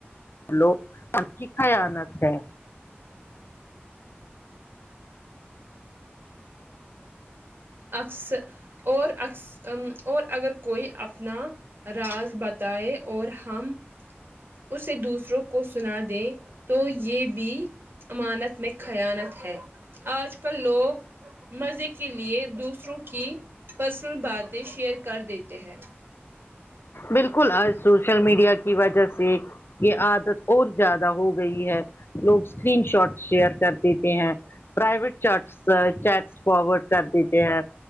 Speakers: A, on the left; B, on the right.
A: لو اور کی خیانت ہے
B: اکس اور اکس اور اگر کوئی اپنا راز بتائے اور ہم اسے دوسروں کو سنا دے تو یہ بھی امانت میں خیانت ہے آج کل لوگ مزے کے لیے دوسروں کی پرسنل باتیں شیئر کر دیتے ہیں
A: بالکل آج سوشل میڈیا کی وجہ سے یہ عادت اور زیادہ ہو گئی ہے لوگ اسکرین شاٹ شیئر کر دیتے ہیں پرائیویٹ چیٹس چیٹ فارورڈ کر دیتے ہیں